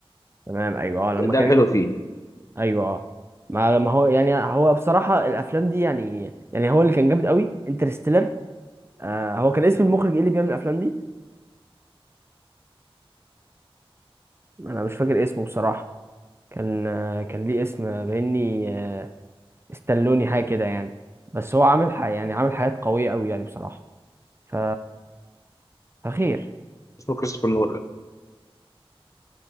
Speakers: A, on the right; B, on the left.
A: تمام ايوه اه لما
B: ده
A: كان
B: الحلو فيه
A: ايوه اه ما ما هو يعني هو بصراحة الافلام دي يعني يعني هو اللي كان جامد قوي انترستيلر آه هو كان اسم المخرج ايه اللي بيعمل الافلام دي انا مش فاكر اسمه بصراحة كان آه كان ليه اسم باني آه استلوني حاجة كده يعني بس هو عامل حاجة يعني عامل حاجات قوية قوي يعني بصراحة ف فخير
B: اسمه كريستوفر نولان